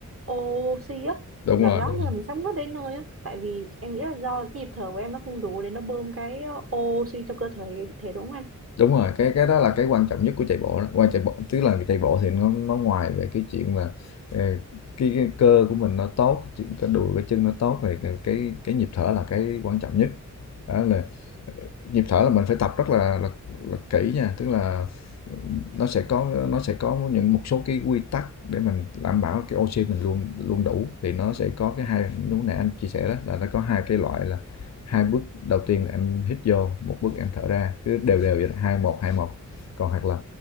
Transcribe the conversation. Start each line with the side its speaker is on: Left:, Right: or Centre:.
Right: oxy á.
Left: đúng
Right: Cảm
Left: rồi
Right: giác
Left: đúng
Right: như
Left: rồi
Right: là mình sắp ngất đến nơi á. Tại vì em nghĩ là do cái nhịp thở của em nó không đủ để nó bơm cái oxy cho cơ thể thể đúng không anh?
Left: đúng rồi cái cái đó là cái quan trọng nhất của chạy bộ đó quan chạy bộ tức là chạy bộ thì nó nó ngoài về cái chuyện là ờ, cái, cái cơ của mình nó tốt chuyện cái đùi cái chân nó tốt thì cái cái, cái nhịp thở là cái quan trọng nhất đó là nhịp thở là mình phải tập rất là là, là kỹ nha tức là nó sẽ có nó sẽ có những một số cái quy tắc để mình đảm bảo cái oxy mình luôn luôn đủ thì nó sẽ có cái hai lúc nãy anh chia sẻ đó là nó có hai cái loại là hai bước đầu tiên là em hít vô một bước em thở ra cứ đều đều vậy hai một hai một còn hoặc là